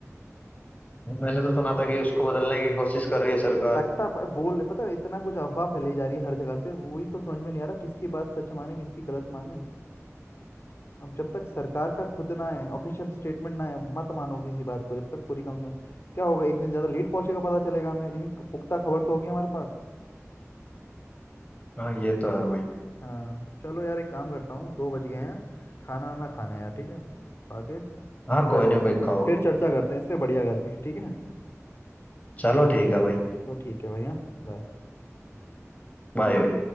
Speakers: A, on the left; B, on the left.
A: मैंने तो सुना था कि उसको बदलने की कोशिश कर रही है सरकार
B: तख्ता पर बोल पता है इतना कुछ अफवाह फैलाई जा रही है हर जगह से वही तो समझ में नहीं आ रहा किसकी बात सच माने किसकी गलत माने अब जब तक सरकार का खुद ना है ऑफिशियल स्टेटमेंट ना है मत मानो किसी बात को जब तक पूरी कंप्लेन क्या होगा एक दिन ज़्यादा लेट पहुंचेगा पता चलेगा हमें लेकिन पुख्ता खबर तो होगी हमारे पास
A: हाँ ये तो है भाई
B: हाँ चलो यार एक काम करता हूँ दो बज गए हैं खाना वाना खाना है यार ठीक है खा के फिर
A: हाँ
B: करते
A: कोई नहीं
B: हैं
A: भाई खाओ
B: फिर चर्चा करते हैं इस पे बढ़िया करके ठीक है
A: चलो ठीक है भाई
B: चलो ठीक है भाई हाँ bye।
A: बाय भाई